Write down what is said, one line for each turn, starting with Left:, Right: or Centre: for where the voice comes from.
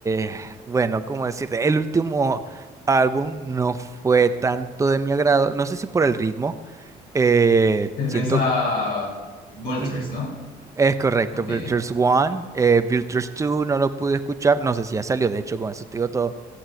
Right: eh, bueno, cómo decirte, el último álbum no fue tanto de mi agrado, no sé si por el ritmo, eh,
Left: Te refieres
Right: siento,
Left: a Vultures,
Right: ujú,
Left: ¿no?
Right: es correcto,
Left: Ok.
Right: Builders One, eh, Builders 2 no lo pude escuchar, no sé si ya salió, de hecho, con eso te digo todo,